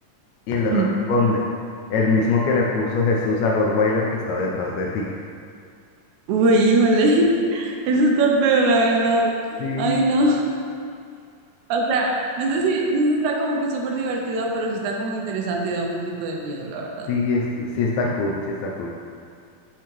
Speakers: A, on the left; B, on the right.
A: Y el loro
B: Mm.
A: responde, el mismo que le puso Jesús al Rottweiler que está detrás de ti.
B: Uy, híjole. <laughs> Eso está peor, la verdad.
A: Sí,
B: Ay, no. O sea, no sé si, no sé si está como que súper divertido, pero sí está como interesante y da un poquito de miedo, la verdad.
A: sí, es, sí está cool, sí está cool.